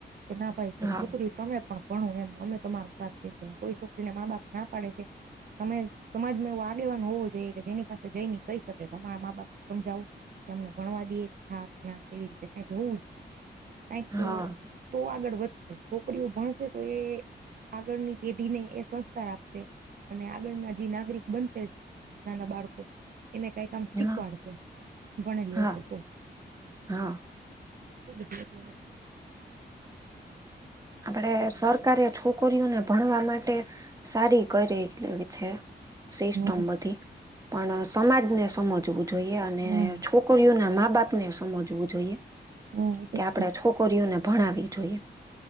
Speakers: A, on the right (about 50°); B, on the right (about 20°).
A: કે ના ભાઈ કે
B: હા
A: છોકરી તમે પણ ભણો એમ અમે તમારો સાથ બેસીને કોઈ છોકરીને મા બાપ ના પાડે છે તો સમય સમાજમાં એવો આગેવાન હોવો જોઈએ કે જેની પાસે જઈ નહી કઈ શકે કે અમારા મા બાપને સમજાવું કે અમને ભણવા દઈએ કે હા કે ના એવી રીતે કઈક હોવું જોઈએ કઈક.
B: હા
A: તો આગળ વધશે છોકરીઓ ભણશે તો એ આગળની પેઢી ને એ સંસ્કાર આપશે અને આગળના નાગરિક બનશે નાના બાળકો એને કઈ તમ શીખવાડશે
B: હા
A: ભણેલી
B: હા
A: હશે તો.
B: હા
A: એ
B: આપડે સરકારે છોકરીઓને ભણવા માટે સારી કરી છે સિસ્ટમ
A: હા
B: બધી પણ સમાજને સમજવું જોઈએ અને
A: હા
B: છોકરીઓના મા બાપને સમજવું જોઈએ.
A: હા એ તો
B: કે
A: છે
B: આપડે છોકરીઓને ભણાવવી જોઈએ.